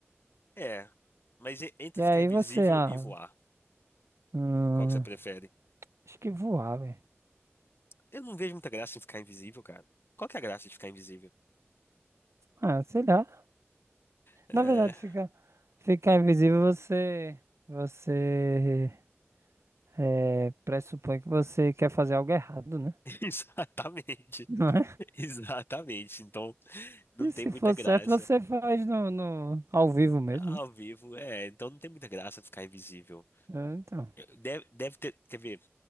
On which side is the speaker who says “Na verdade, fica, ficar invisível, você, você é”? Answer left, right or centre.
Right